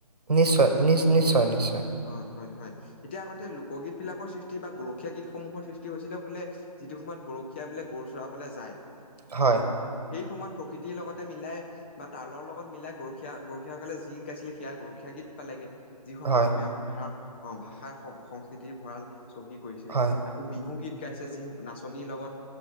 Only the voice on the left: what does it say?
অঁ' হয় হয়, এতিয়া আগতে লোকগীত বিলাকৰ সৃষ্টি বা গৰখীয়া গীতসমূহৰ সৃষ্টি হৈছিলে বোলে- যিটো সময়ত গৰখীয়া বিলাক গৰু চৰাবলে যায়, -
সেই সময়ত প্ৰকৃতিৰ লগতে মিলাই- বা তালৰ লগত মিলাই গৰখীয়া গৰখীয়াসকলে যি গাইছিলে সেয়া গৰখীয়া গীত পালেগে। যিসমূহে
অসমীয়া ভাষাৰ অঁ' ভাষাৰ সংস্কৃতিৰ ভঁৰাল চহী কৰিছে-
আকো বিহু গীত গাইছে যি নাচনীৰ লগত-